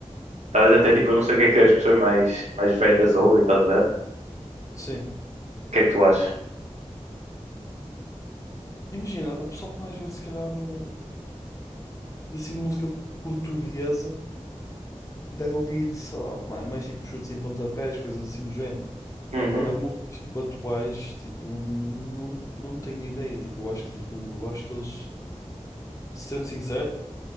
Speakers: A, on the right (about 70°); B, on the left (about 25°).
A: Talvez até tipo,
B: Yeah.
A: eu não sei o que é que as pessoas mais, mais velhas ouvem, estás a ver? O
B: Sim.
A: que é que tu achas?
B: Imagina, a pessoa mais velha, se calhar, eh, assim, de música portuguesa, deve ouvir, sei lá, mais, mais tipo chutes em pontapés, coisas assim do género.
A: Uhum.
B: Agora, músicas tipo atuais, tipo, não, não tenho ideia. Tipo, eu acho que, tipo, eu acho que eles, sendo sincero,